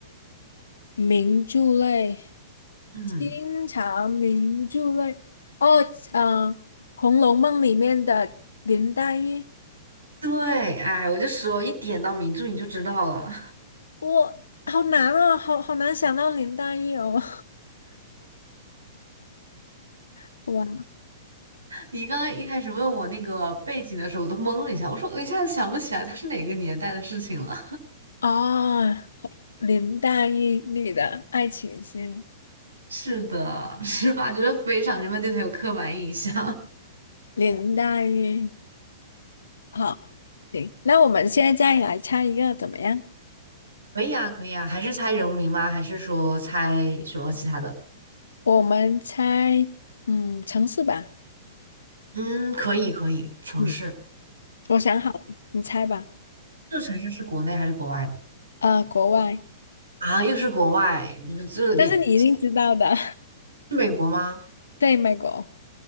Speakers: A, on the left; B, on the right.
A: 名著类，
B: 嗯，
A: 清朝名著类，哦，嗯，《红楼梦》里面的林黛玉，
B: 对，哎，我就说一点到名著你就知道了。
A: 我好难哦，好好难想到林黛玉哦。<laughs> 哇，
B: 你刚刚一开始问我那个背景的时候，我都懵了一下，我说我一下子想不起来它是哪个年代的事情了。
A: 哦，林黛玉女的爱情线。
B: <laughs> 是的，是吧？觉得非常人们对它有刻板印象。
A: 林黛玉，好，行，那我们现在再来猜一个怎么样？
B: <laughs> 可以啊，可以啊，还是猜人名吗？还是说猜什么其他的？
A: 我们猜，嗯，城市吧。
B: 嗯，可以，可以，城市。
A: 嗯，我想好了，你猜吧。
B: 这个城市是国内还是国外的？
A: 呃，国外，
B: 啊，又是国外，这你
A: 但是你一定知道的，
B: 是美国吗？
A: <laughs> 对，美国。